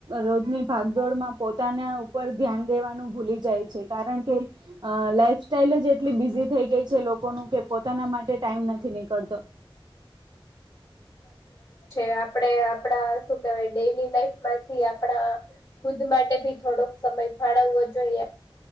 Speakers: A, on the right (about 50°); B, on the left (about 35°).
A: રોજની ભાગદોડમાં પોતાના ઉપ ધ્યાન દેવાનું ભૂલી જાય છે, કારણ કે લાઈફ સ્ટાઈલ જ એટલી બીઝી થઈ ગઈ છે, લો લોકો ન કે પોતાના માટે, ટાઈમ નથી નીકળતો
B: આપડ આપણા, શું કેવાય ડેલી લફમાંથી આપણા ખુદ માટે ભી થોડોક સમય ફાળવવો જોઈએ